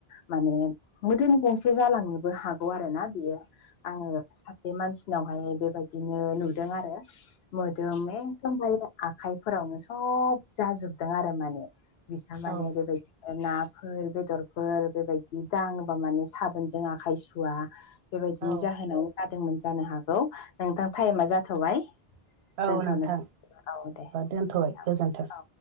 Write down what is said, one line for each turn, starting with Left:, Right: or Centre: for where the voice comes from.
Left: माने मोदोम गंसे जालांनोबो हागौ आरो ना बियो। आङो सासे मानसिनावहाय बेबायदिनो नुदों आरो। मोदोम एखदमबार आखाइफोरावनो सब जाजोबदों आरो माने बिसा माने
Right: औ
Left: <unintelligible> नाफोर बेदरफोर बेबायदि दाङोबा माने साबोनजों आखाय सुवा बेबायदिनि
Right: औ
Left: जाहोनाव जादोंमोन जानो हागौ। नोंथां टाइमा जाथ'बाय
Right: औ
Left: दोनथ'नोसै
Right: नोंथां
Left: औ दे।
Right: दोनथ'बाय
Left: औ
Right: गोजोन्थों।
Left: औ